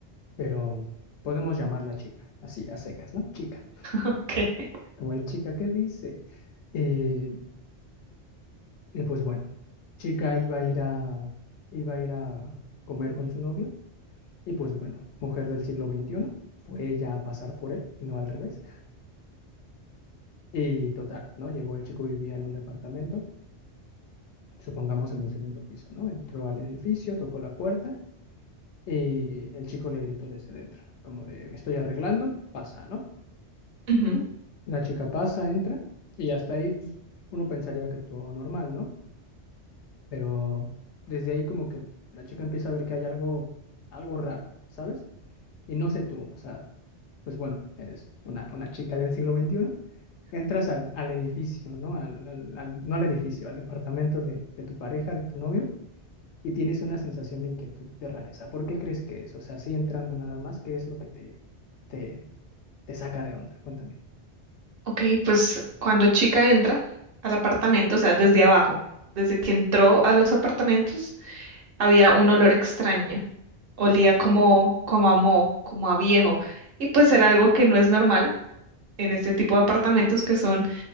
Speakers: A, on the left; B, on the right.
A: pero podemos llamarla chica, así, a secas, ¿no? Chica.
B: Ok.
A: Como el chica que dice. Eh, y pues bueno, chica iba a ir a, iba a ir a comer con su novio. Y pues bueno, mujer del siglo XXI, fue ella a pasar por él y no al revés. Y total, ¿no? Llegó el chico, vivía en un departamento, supongamos en el segundo piso, ¿no? Entró al edificio, tocó la puerta Y el chico le gritó desde dentro, como de, me estoy arreglando, pasa, ¿no?
B: Ujú.
A: La chica pasa, entra, y hasta ahí pues, uno pensaría que todo normal, ¿no? Pero desde ahí como que la chica empieza a ver que hay algo, algo raro, ¿sabes? Y no sé tú, o sea, pues bueno, eres una, una chica del siglo veintiuno, entras al, al edificio, ¿no? Al, al- al- no al edificio, al departamento de, de tu pareja, de tu novio, y tienes una sensación de inquietud, de rareza. ¿Por qué crees que es? O sea, así entrando nada más, ¿qué es lo que te, te, te saca de onda? Cuéntame.
B: Ok, pues cuando chica entra al apartamento, o sea, desde abajo, desde que entró a los apartamentos, había un olor extraño. Olía
A: Ok.
B: como, como a moho, como a viejo. Y pues era algo que no es normal en este tipo de apartamentos que son